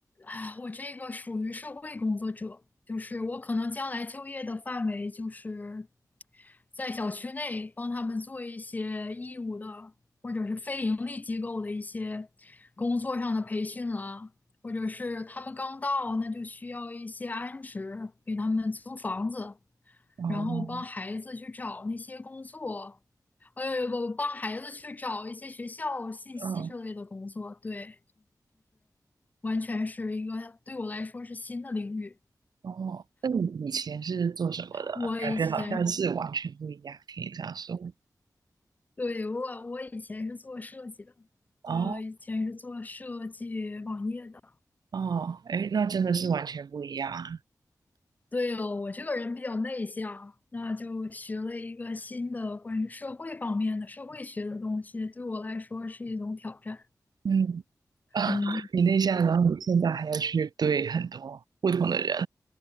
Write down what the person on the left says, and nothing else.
啊我这个属于社会工作者，就是我可能将来就业的范围就是在小区内帮他们做一些义务的，或者是非盈利机构的一些工作上的培训啊，或者是他们刚到，那就需要一些安置，给他们租房子，
然后帮孩子去找那些工作，呃，不，帮孩子去找一些学校信息之类的工作，
对。完全是一个对我来说是新的领域。
我以前，
对，我，我以前是做设计的，
我以前是做设计网页的。
对哦，我这个人比较内向，那就学了一个新的关于社会方面的社会学的东西，对我来说是一种挑战。
嗯，